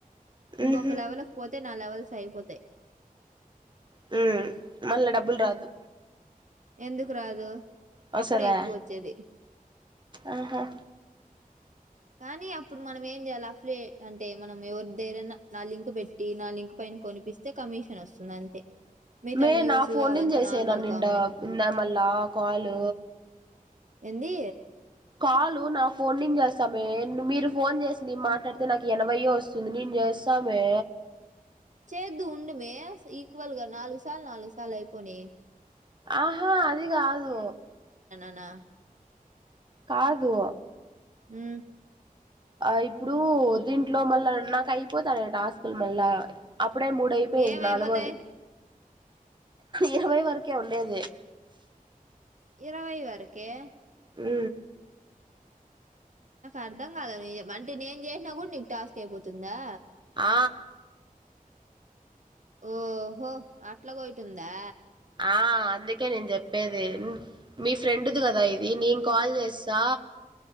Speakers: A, on the right; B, on the right.
A: ఇంకొక
B: ఉహు
A: లెవల్కి పోతే నా లెవెల్స్ అయిపోతాయి
B: మ్మ్ మళ్ళా డబ్బులు రాదు
A: ఎందుకు రాదు
B: వసదా
A: అప్పుడే ఎక్కువ వచ్చేది
B: ఆహా
A: కానీ అప్పుడు మనం ఏం చేయాలి అఫ్లీ అంటే మనం ఎవరి దేరైనా నా లింక్ పెట్టి నా లింక్ పైన కొనిపిస్తే కమిషన్ వస్తుంది అంతే మిగతా
B: మే
A: వ్యూస్
B: నా ఫోన్
A: అవంతా
B: నుంచి చేసేను
A: నార్మల్
B: నిండా
A: కామనే
B: మళ్ళా కాల్
A: ఎంది
B: కాలు నా ఫోన్ నించి చేస్తామే మీరు ఫోన్ చేసింది మాట్లాడితే నాకు ఎనభై వస్తుంది నేను చేస్తామే
A: చేద్దు ఉండమే ఈక్వల్ గా నాలుగు సార్లు నాలుగు సార్లు అయిపోనీ
B: ఆహా అదిగాదు
A: నా
B: కాదు
A: మ్మ్
B: ఆ ఇప్పుడు దీంట్లో మళ్ళా నాకు అయిపోతాను టాస్కులు మళ్ళా అప్ అప్పుడే మూడు అయిపోయింది
A: ఏమైపోతాయి
B: నాలుగోది ఇరవై వరకే ఉండేది
A: ఇరవై వరకే
B: ఉ
A: అర్ధం కాలదు అంటే నేను చేసినా కూడా నీకు టాస్క్ అయిపోతుందా
B: ఆ
A: ఓహో అట్లగోట్టుందా
B: ఆ అందుకే నేను చెప్పేది మీ ఫ్రెండ్ది కదా ఇది నేను కాల్ చేస్తా